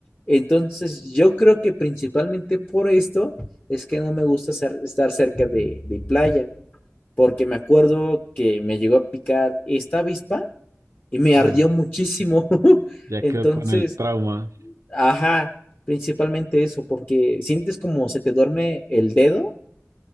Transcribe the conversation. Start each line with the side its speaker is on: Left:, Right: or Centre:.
Left: Entonces, yo creo que principalmente por esto es que no me gusta ser- estar cerca de, de playa, porque me acuerdo que me llegó a picar esta avispa y me
Right: ah,
Left: ardió muchísimo. <laughs>
Right: ya
Left: Entonces,
Right: quedó con el trauma.
Left: ajá, principalmente eso, porque sientes como se te duerme el dedo